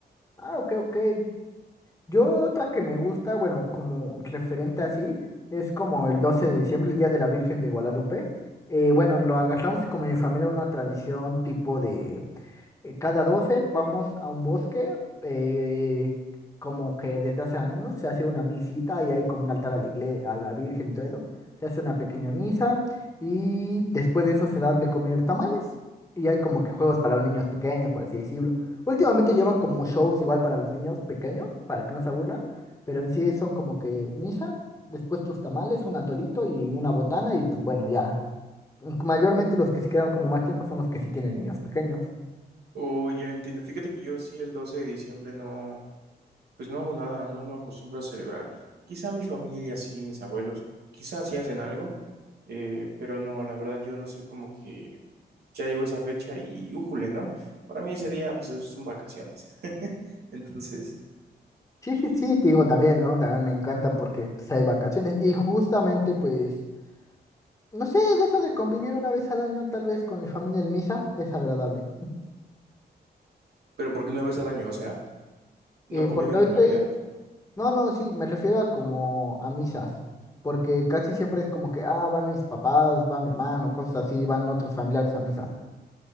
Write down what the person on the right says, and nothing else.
Oh, ya entiendo. Fíjate que yo sí el 12 de diciembre no, pues no hago nada, no lo acostumbro a celebrar. Quizá mi familia sí, mis abuelos, quizá sí hacen algo, eh, pero no, la verdad yo no soy como que ya llegó esa fecha y újule, ¿no? Para mí ese día, pues esos son vacaciones. <laughs> Entonces,
pero porque una vez al año, o sea, no
conviven
en Navidad.